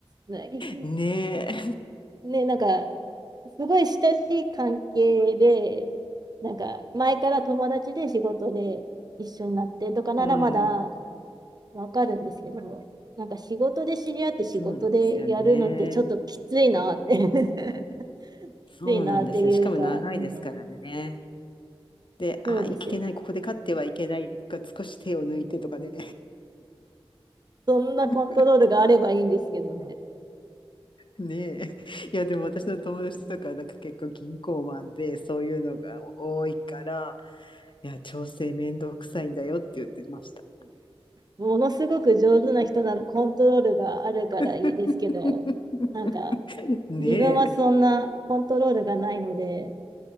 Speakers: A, on the right; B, on the left.
A: ない
B: ねえ。<laughs>
A: ね、なんか、すごい親しい関係で、なんか、前から友達で仕事で一緒になってとかならまだ
B: うん。
A: わかるんですけど、なんか仕事で知り合って仕事でやるのってちょっときついなって
B: そうなんですよね。
A: <laughs>
B: そうなんですよ。
A: きついなっていうか、
B: しかも長いですからね。
A: うん、
B: で、
A: そうですよ。
B: あ、いけない、ここで勝ってはいけないか、少し手を抜いてとかね。
A: そんなコントロールがあればいいんですけどね。
B: <laughs> ねえ。いや、でも私の友達とか、なんか結構銀行マンで、そういうのが多いから、いや、調整めんどくさいんだよって言ってました。
A: ものすごく上手な人ならコントロールがあるからいいですけど、
B: <laughs>
A: なんか、
B: ねえ。
A: 自分はそんなコントロールがないので、